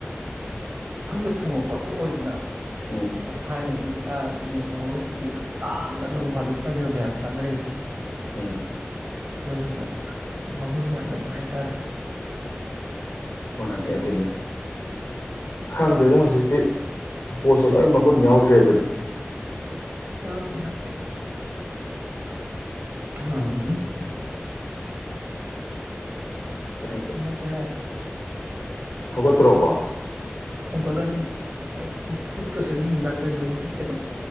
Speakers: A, on the right; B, on the left.
A: ꯏꯐꯪꯗ ꯐꯪꯕ ꯄꯣꯠꯇꯨ ꯑꯣꯏꯗꯅ
B: ꯎꯝ
A: ꯊꯥꯏꯅꯗꯤ ꯌꯦꯟ ꯊꯣꯡꯉꯒꯁꯤꯗꯤ ꯌꯥꯝ ꯇꯥꯡꯅ ꯅꯣꯡ ꯐꯥꯗꯣꯛꯇ ꯀꯗꯕ ꯃꯌꯥꯝ ꯆꯥꯅꯔꯤꯁꯦ
B: ꯎꯝ
A: ꯑꯗꯨꯗꯨꯅ ꯃꯒꯨꯟ ꯌꯥꯝ ꯂꯩꯕ ꯍꯥꯏꯇꯥꯔꯦ
B: ꯃꯥꯅꯦ ꯑꯗꯨꯅꯤ ꯈꯪꯗꯦꯗ ꯍꯧꯖꯤꯛꯇꯤ ꯄꯣꯠꯁꯨ ꯂꯣꯏ ꯃꯒꯨꯟ ꯌꯥꯎꯗ꯭ꯔꯦ ꯑꯗꯨꯅ
A: ꯌꯥꯎꯗꯦ ꯌꯥꯎꯗꯦ ꯑ
B: ꯈꯔꯣꯠꯇ
A: ꯃꯒ꯭ꯔꯦ
B: ꯍꯒꯠꯇ꯭ꯔꯣꯕ
A: ꯁꯒꯂꯣꯅꯤ ꯑꯩ ꯈꯨꯠ ꯈꯨꯠꯀꯁ ꯅꯥꯟꯖ ꯂꯨ ꯀ